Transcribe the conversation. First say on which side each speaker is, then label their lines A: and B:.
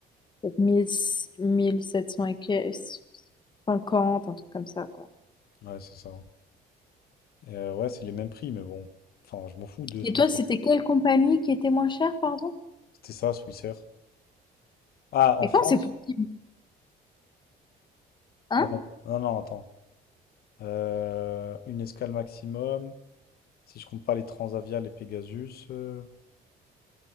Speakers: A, on the left (about 25°); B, on the left (about 65°).
A: peut-être mille mille sept cents et que- 50, un truc comme ça, quoi.
B: Ouais, c'est ça. hein. Et, euh, ouais, c'est les mêmes prix, mais bon. Enfin, je m'en fous de
A: Et
B: Swissair.
A: toi, c'était quelle compagnie qui était moins chère, pardon?
B: C'était ça, Swissair. Ah, en
A: Mais
B: France?
A: comment c'est possible? Hein?
B: Attends, non, non, attends. Euh, une escale maximum, si je compte pas les Transavia, les Pegasus. euh,